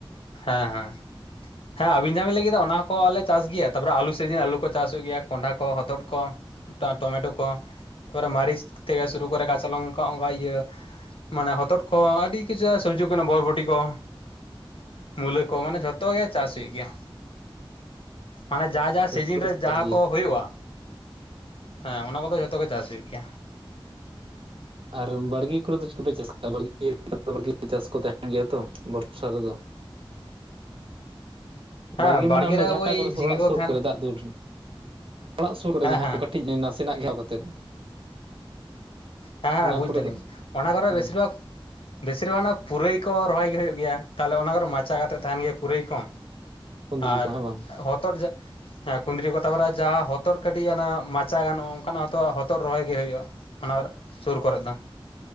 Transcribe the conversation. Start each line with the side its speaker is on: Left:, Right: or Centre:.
Left: ᱦᱮᱸ ᱦᱮᱸ ᱦᱮᱸ ᱟᱵᱤᱱ ᱡᱟᱦᱟᱸ ᱵᱤᱱ ᱞᱟᱹᱭ ᱠᱮᱫᱟ ᱚᱱᱟ ᱠᱚ ᱟᱞᱮ ᱪᱟᱥ ᱜᱮᱭᱟ ᱛᱟᱨᱯᱚᱨᱮ ᱟᱹᱞᱩ ᱥᱤᱡᱤᱱ ᱟᱞᱩ ᱠᱚ ᱪᱟᱥ ᱦᱩᱭᱩᱜ ᱜᱮᱭᱟ ᱠᱚᱸᱰᱷᱟ ᱠᱚ ᱦᱚᱛᱚᱫ ᱠᱚ ᱴᱚᱢᱮᱴᱳ ᱠᱚ ᱛᱟᱨ ᱯᱚᱨᱮ ᱢᱟᱹᱨᱤᱪ ᱛᱮᱜᱮ ᱥᱩᱨᱩ ᱠᱚᱨᱮ ᱠᱟᱪᱟ ᱞᱚᱝᱠᱟ ᱚᱱᱠᱟ ᱤᱭᱟᱹ ᱢᱟᱱᱮ ᱦᱚᱛᱚᱫ ᱠᱚ ᱟᱹᱰᱤ ᱠᱤᱡᱟ <inaudible> ᱥᱚᱵᱽᱡᱤ ᱠᱟᱱᱟ ᱵᱚᱨᱵᱚᱴᱤ ᱠᱚ᱾ ᱢᱩᱞᱟᱹ ᱠᱚ ᱢᱟᱱᱮ ᱡᱷᱚᱛᱚ ᱜᱮ ᱪᱟᱥ ᱦᱩᱭᱩᱜ ᱜᱮᱭᱟ᱾ ᱢᱟᱱᱮ ᱡᱟ ᱡᱟ ᱥᱤᱡᱤᱱ
Right: ᱡᱚᱛᱚ ᱞᱮ
Left: ᱨᱮ ᱡᱟᱦᱟᱸ
Right: ᱪᱟᱥ ᱜᱮᱭᱟ
Left: ᱠᱚ ᱦᱳᱭᱳᱜᱼᱟ᱾ ᱦᱮᱸ ᱚᱱᱟ ᱠᱚ ᱫᱚ ᱡᱷᱚᱛᱚ ᱜᱮ ᱪᱟᱥ ᱦᱩᱭᱩᱜ ᱜᱮᱭᱟ᱾
Right: ᱟᱨ ᱵᱟᱲᱜᱮ ᱠᱚᱨᱮ ᱫᱚ ᱪᱮᱫ ᱠᱚᱯᱮ ᱪᱟᱥᱼᱟ ᱵᱟᱲᱜᱤ <inaudible> ᱪᱟᱥ ᱠᱚ ᱛᱟᱦᱮᱱ ᱜᱮᱭᱟ ᱛᱚ ᱵᱚᱨᱥᱟ ᱨᱮᱫᱚ
Left: ᱦᱮᱸ
Right: ᱵᱟᱲᱜᱮ ᱢᱟᱱᱮ ᱚᱱᱮ
Left: ᱨᱮ
Right: ᱡᱷᱟᱴᱟ
Left: ᱳᱭ
Right: ᱠᱚᱨᱮ
Left: ᱡᱷᱤᱸᱜᱟᱹ
Right: ᱥᱮ ᱚᱲᱟᱜ ᱥᱩᱨ
Left: ᱠᱚ ᱛᱟᱦᱮᱱ
Right: ᱠᱚᱨᱮ ᱫᱟᱜ ᱫᱟᱹᱨ <unintelligible> ᱚᱲᱟᱜ ᱥᱩᱨ ᱠᱚᱨᱮ
Left: ᱦᱮᱸ
Right: ᱡᱟᱦᱟᱸᱭ
Left: ᱦᱮᱸ
Right: ᱠᱚ ᱠᱟᱹᱴᱤᱡ ᱱᱟᱥᱮᱱᱟᱜ ᱜᱮᱣ <unintelligible> ᱠᱟᱛᱮᱫ,
Left: ᱦᱮᱸ ᱦᱮᱸ
Right: ᱚᱱᱟ
Left: ᱵᱩᱡ
Right: ᱠᱚᱨᱮ
Left: ᱫᱟᱞᱤᱧ
Right: ᱫᱚ
Left: ᱚᱱᱟ ᱠᱚᱨᱮ
Right: ᱦᱮᱸ
Left: ᱵᱮᱥᱤᱨ ᱵᱷᱟᱜᱽᱼᱼ ᱵᱮᱥᱤᱨ ᱵᱷᱟᱜᱽ ᱯᱩᱨᱟᱹᱭ ᱠᱚ ᱨᱚᱦᱚᱭ ᱜᱮ ᱦᱩᱭᱩᱜ ᱜᱮᱭᱟ ᱛᱟᱦᱚᱞᱮ ᱚᱱᱟ ᱠᱚᱨᱮ ᱢᱟᱪᱟ ᱠᱟᱛᱮ ᱛᱟᱦᱮᱱ ᱜᱮᱭᱟ ᱯᱩᱨᱟᱹᱭ ᱠᱚ
Right: ᱠᱩᱸᱫᱽᱨᱤ
Left: ᱟᱨ
Right: ᱠᱚ ᱦᱮᱸ ᱵᱟᱝ
Left: ᱦᱚᱛᱚᱫ ᱡᱮ ᱦᱮᱸ ᱠᱩᱸᱫᱽᱨᱤ ᱠᱚ ᱛᱟᱯᱚᱨᱮ ᱡᱟᱦᱟᱸ ᱦᱚᱛᱚᱫ ᱠᱟᱹᱴᱤᱡ ᱚᱱᱟ ᱢᱟᱪᱟ ᱜᱟᱱᱚᱜᱼᱟ ᱚᱱᱠᱟᱱᱟᱜ ᱦᱚᱛᱚ ᱦᱚᱛᱚᱫ ᱨᱚᱦᱚᱭ ᱜᱮ ᱦᱩᱭᱩᱜᱼᱟ ᱟᱨ ᱥᱩᱨ ᱠᱚᱨᱮᱫ ᱫᱚ